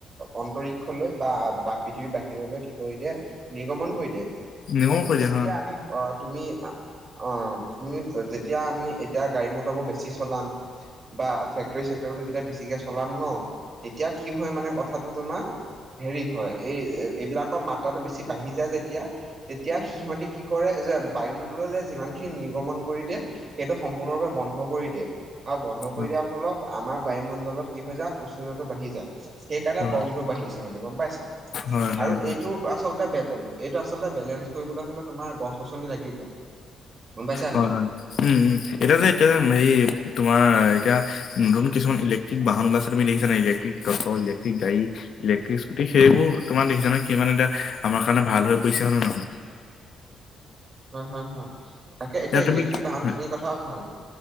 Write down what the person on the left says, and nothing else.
নিৰ্মল
কৰি
দিয়ে হয়
হয়
হয়
হয় হয়
হয়।
হয়
হয়। উম, উম এতিয়া তো এইটো হেৰি তোমাৰ এতিয়া নতুন কিছুমান ইলেকট্ৰিক বাহন ওলাইছে, তুমি দেখিছানে নাই ইলেক্টিক <unintelligible> ইলেক্টিক গাড়ী। ইলেক্ট্ৰিক স্কুটি, সেইবোৰ তোমাৰ দেখিছা নহয়, কিমান এতিয়া আমাৰ কাৰণে ভাল হৈ পৰিছে হয় নে নহয়?
তুমি
হয়